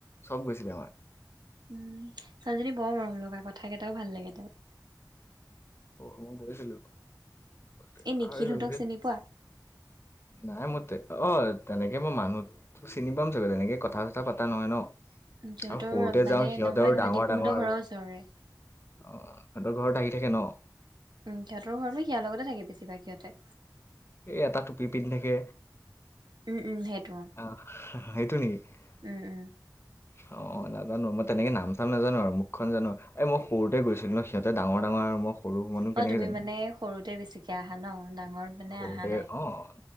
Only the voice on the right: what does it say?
উম ছোৱালীজনী বৰ মৰম লগা কথা কেইটাও ভাল লাগে তাইৰ।
এই নিখিলহঁতক
চিনি পোৱা?
সিহঁতৰ
মানে
নহয় নহয়
ডিপুহঁতৰ
ঘৰৰ ওচৰৰে।
উম্ সিহঁতৰ ঘৰ নো সিয়াৰ লগতে থাকে বেছিভাগ সিহঁতে।
উম্ উম্ সেইটো অ,
উম্ উম্।
অ
তুমি
মানে সৰুতে বেছিকে আহা ন ডাঙৰত মানে
আহা নাই